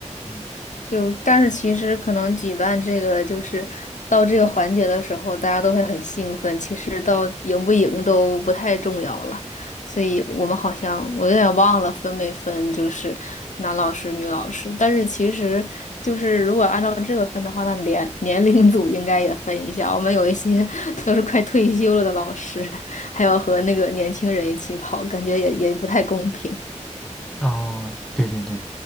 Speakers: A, in the centre; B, on the left (about 75°).
A: 嗯
B: 就但是其实可能举办这个就是到这个环节的时候，大家都会很兴奋，其实到赢不赢都不太重要了。所以我们好像我有点忘了分没分，就是男老师、女老师。但是其实就是如果按照这个分的话，那年年龄组应该也分一下。我们有一些 <laughs> 都是快退休了的老师，还有和那个年轻人一起跑，感觉也也不太公平。
A: 哦，对对对，